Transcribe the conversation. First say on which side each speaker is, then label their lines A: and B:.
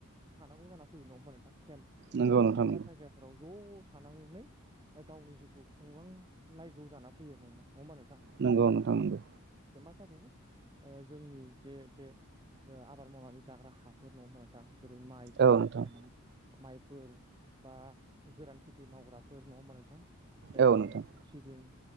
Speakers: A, on the right; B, on the right.
A: थानांगौ जाना फैयो नङा होमबा नोंथां। केम्प
B: नंगौ
A: बा बहा
B: नोंथां
A: जायगाफोराव ज' थानांनानै गावनि जिउखौ खुंलांलायगौ जाना फैयो नङा होमबा नों
B: नंगौ नोंथां नंगौ।
A: जाबावो, जोंनि जे बे आबाद मावनानै जाग्रा हाफोर नङा होमबा नोंथां, दा जे माइफोर
B: औ नोंथां
A: माय फोर बा गोरान खेथि मावग्राफोर नङा होमबा नोंथां। जायखौ
B: औ नोंथां
A: जोङो सिबिं